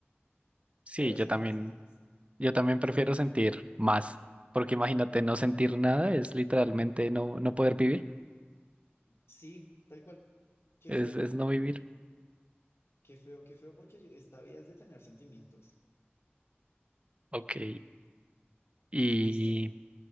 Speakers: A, on the right (about 30°); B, on the left (about 80°).
A: Sí,
B: Pero
A: yo
B: serían
A: también,
B: las mismas.
A: yo también prefiero sentir más, porque imagínate, no sentir nada es literalmente no, no poder vivir,
B: Sí, tal cual. Qué
A: es,
B: feo,
A: es no vivir.
B: qué feo, qué feo, porque yo- esta vida es de tener sentimientos.
A: Ok, ¿y
B: Listo.